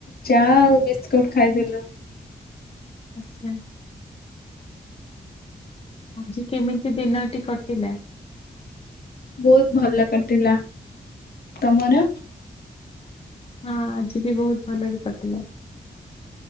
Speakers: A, on the left; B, on the left.
A: ଚା ଆଉ ବିସ୍କୁଟ ଖାଇଦେଲୁ।
B: ଆଚ୍ଛା। ଆଜି କେମିତି ଦିନଟି କଟିଲା।
A: ବହୁତ ଭଲ କଟିଲା ତମର?
B: ହଁ ଆଜି ବି ବହୁତ ଭଲରେ କଟିଲା।